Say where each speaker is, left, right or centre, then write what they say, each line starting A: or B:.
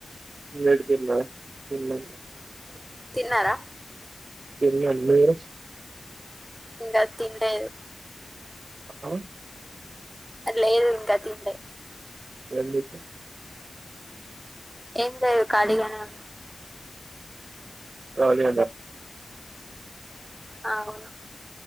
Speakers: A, on the right (about 70°); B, on the right (about 15°).
A: మీరు తిన్నారా
B: తిన్నారా
A: తిన్న మీరు
B: ఇంకా తినలేదు
A: ఆ
B: లేదు ఇంకా తినలే
A: ఎందుకు
B: ఏం లేదు ఖాళీగానే ఉన్నా
A: కాలి
B: అవును